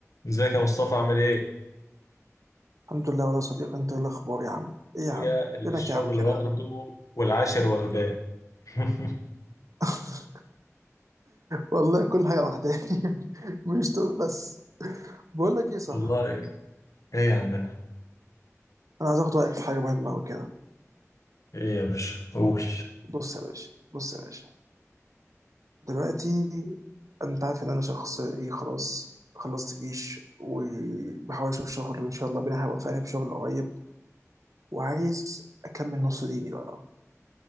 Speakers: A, on the left (about 75°); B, on the right (about 80°).
A: ازيك يا مصطفى عامل ايه؟
B: الحمد لله والله يا صديقي انت ايه الاخبار يا عم
A: اخويا
B: ايه يا عم
A: اللي
B: فينك
A: الشغل
B: يا عم كده
A: واخده والعاشر واخداه <laughs>
B: <laughs> والله كل حاجه واخداني <laughs> مش دول بس بقول لك ايه صح
A: والله ايه يا عمنا
B: انا عايز اخد رايك في حاجه مهمه قوي كده
A: ايه يا باشا قول
B: بص يا باشا بص يا باشا دلوقتي انت عارف ان انا شخص ايه خلاص خلصت جيش وبحاول اشوف شغل وان شاء الله ربنا هيوفقني بشغل قريب وعايز اكمل نص ديني بقى